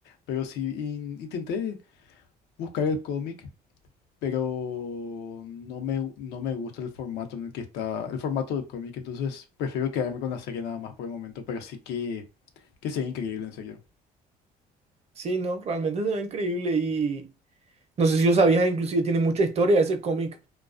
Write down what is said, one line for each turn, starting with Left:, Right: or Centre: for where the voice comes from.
Left: pero sí in- intenté buscar el cómic, pero no me, no me gusta el formato en el que está, el formato del cómic, entonces prefiero quedarme con la serie nada más por el momento, pero sí que, que sería increíble, en serio.
Right: Sí, no, realmente se ve increíble y no sé si lo sabías, inclusive tiene mucha historia ese cómic.